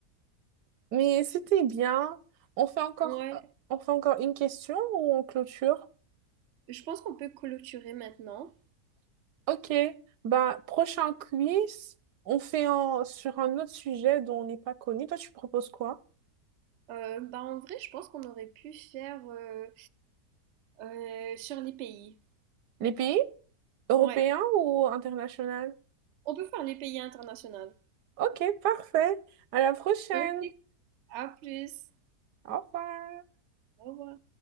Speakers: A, on the right; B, on the right.
A: Mais c'était bien. On fait encore,
B: Ouais,
A: euh, on fait encore une question ou on clôture?
B: je pense qu'on peut clôturer maintenant.
A: Ok, bah prochain quiz, on fait en- sur un autre sujet dont on n'est pas connu. Toi, tu proposes quoi?
B: Euh, bah en vrai, je pense qu'on aurait pu faire euh, euh, sur les pays.
A: Les pays européens
B: Ouais,
A: ou internationaux?
B: on peut faire les pays internationaux.
A: Ok, parfait. À la prochaine.
B: Ok, à plus.
A: Au revoir.
B: Au revoir.